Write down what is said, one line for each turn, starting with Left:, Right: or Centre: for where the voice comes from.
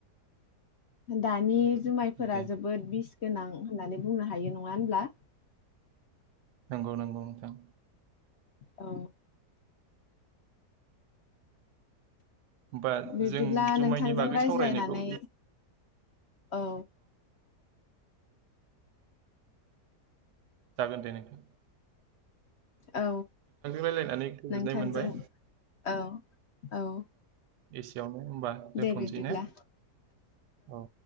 Left: दानि। जुमायफोरा
Right: दे
Left: जोबोद बिस गोनां होननानै बुंनो हायो नङा होनब्ला।
Right: नंगौ नंगौ नोंथां।
Left: औ।
Right: होमबा
Left: बिब्दिब्ला
Right: जों जुमायनि
Left: नोंथांजों
Right: बागै
Left: रायज्लायनानै
Right: सावरायनायखौ।
Left: औ।
Right: जागोन दे नोंखौ।
Left: औ
Right: रायलायनानै गोजोननाय
Left: नोंथांजों
Right: मोनबाय
Left: औ औ।
Right: एसियावनो। होनबा दोनथ'नोसै
Left: दे बिदिब्ला
Right: ने औ।